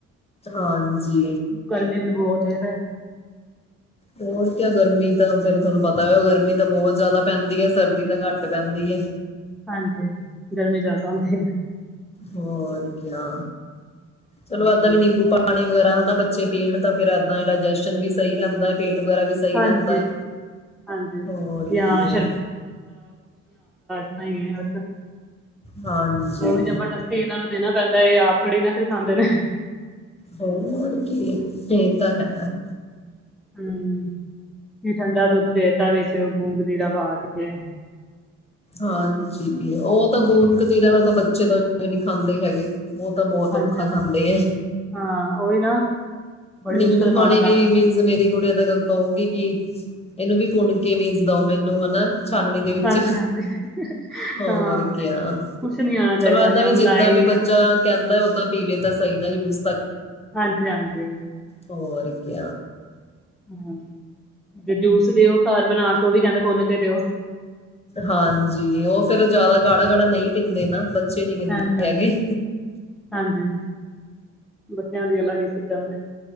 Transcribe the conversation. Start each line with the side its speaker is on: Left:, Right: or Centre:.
Left: ਹਾਂਜੀ
Centre: ਗਰਮੀ ਵੀ ਬਹੁਤ ਹੈ ਤੇ
Left: ਹੋਰ ਕਿਆ ਗਰਮੀ ਤਾਂ ਫੇਰ ਤੁਹਾਨੂੰ ਪਤਾ ਹੋ ਗਰਮੀ ਤਾਂ ਬਹੁਤ ਜ਼ਿਆਦਾ ਪੈਂਦੀ ਹੈ ਸਰਦੀ ਤਾਂ ਘੱਟ ਪੈਂਦੀ ਹੈ
Centre: ਹਾਂਜੀ ਗਰਮੀ ਜ਼ਿਆਦਾ ਹੁੰਦੀ ਹੈ
Left: ਹੋਰ ਕਿਆ ਚਲੋ
Centre: ਹਾਂਜੀ
Left: ਏਦਾਂ ਵੀ ਨਿੰਬੂ ਪਾਣੀ ਵਗੈਰਾ ਨਾ ਬੱਚੇ ਪੀਣ ਤਾਂ ਫਿਰ ਦਾਂ ਡਾਇਜਸ਼ਨ ਵੀ ਸਹੀ ਰਹਿੰਦਾ ਐ ਪੇਟ ਵਗੈਰਾ ਵੀ ਸਹੀ
Centre: ਹਾਂਜੀ
Left: ਰਹਿੰਦਾ ਐ
Centre: ਹਾਂਜੀ
Left: ਹੋਰ
Centre: ਜਾਂ
Left: ਕੀ
Centre: ਨਹੀਂ ਬਸ <unintelligible>
Left: ਹਾਂਜੀ
Centre: ਉਹ ਵੀ ਜਬਰਦਸਤੀ ਇਹਨਾਂ ਨੂੰ ਦੇਣਾ ਪੈਂਦਾ ਹੈ ਇਹ ਆਪ ਥੋੜ੍ਹੀ ਨਾ ਫਿਰ ਖਾਂਦੇ ਨੇ
Left: ਹੋਰ ਕੀ ਇਹ ਤਾਂ ਹੈ
Centre: ਹਮ ਇਹ ਠੰਡਾ ਦੁੱਧ ਦੇਤਾ ਵਿੱਚ ਗੁੰਦ ਕਤੀਰਾ ਪਾ ਕੇ ਸੀਗੇ
Left: ਹਾਂਜੀ ਉਹ ਤਾਂ ਗੂੰਦ ਕਤੀਰਾ ਮੇ ਤਾਂ ਬੱਚੇ ਤਾਂ ਨਹੀਂ ਖਾਂਦੇ ਹੈਗੇ ਉਹ ਤਾਂ ਬਹੁਤ
Centre: ਹਾਂਜੀ
Left: ਔਖਾ ਖਾਂਦੇ ਐ
Centre: ਹਾਂ ਉਹੀ ਨਾ ਬੜੀ
Left: ਨਿੰਗੂ
Centre: ਮੁਸ਼ਕਿਲ
Left: ਪਾਣੀ
Centre: ਖਾਣਾ
Left: ਵੀ
Centre: ਪੈਂਦਾ ਇਹਨਾਂ
Left: ਮੀਨ
Centre: ਨੂੰ
Left: ਮੇਰੀ ਗੜੀਆਂ ਦਾ ਕਣਕ ਆਊਗੀ ਕਿ ਇਹਨੂੰ ਵੀ ਪੁੁੰਣ ਕੇ ਮੀਨਸ ਦਓ ਮੈਨੂੰ ਹਨਾ ਛਾਨਣੀ ਦੇ ਵਿੱਚ
Centre: ਹਾਂਜੀ-ਹਾਂਜੀ
Left: ਹੋਰ
Centre: ਹਾਂ,
Left: ਕ
Centre: ਕੁਛ ਨੀ ਆਣਾ
Left: ਚਲੋ
Centre: ਚਾਹੀਦਾ
Left: ਏਦਾਂ
Centre: ਨਾ
Left: ਵੀ
Centre: ਮਲਾਈ
Left: ਜਿੱਦਾਂ ਵੀ ਬੱਚਾ
Centre: ਨਾ ਕੁਛ।
Left: ਕਹਿੰਦਾ ਓਦਾਂ ਪੀਵੇ ਤਾਂ ਸਹੀ ਨਾ ਯੂਜ
Centre: ਹਾਂਜੀ ਹਾਂਜੀ
Left: ਹੋ ਕਿ
Centre: ਹਮ ਤੇ ਜੂਸ ਦਿਓ ਘਰ ਬਣਾਸ ਉਹ ਵੀ ਕਹਿੰਦੇ ਪੁੰਨ ਕੇ ਦਿਓ
Left: ਹਾਂਜੀ ਉਹ ਫੇਿਰ ਜਿਆਦਾ ਗਾੜਾ ਗਾੜਾ ਨਹੀਂ ਪੀਂਦੇ ਨਾ ਸ਼ਨੀ ਬਨ
Centre: ਹਾਂਜੀ-ਹਾਂਜੀ।
Left: ਮ ਆਗੀ
Centre: ਹਾਂਜੀ ਹਾਂਜੀ ਬੱਚਿਆਂ ਦੀ ਅਲੱਗ ਹੀ ਸਿਸਟਮ ਹੈ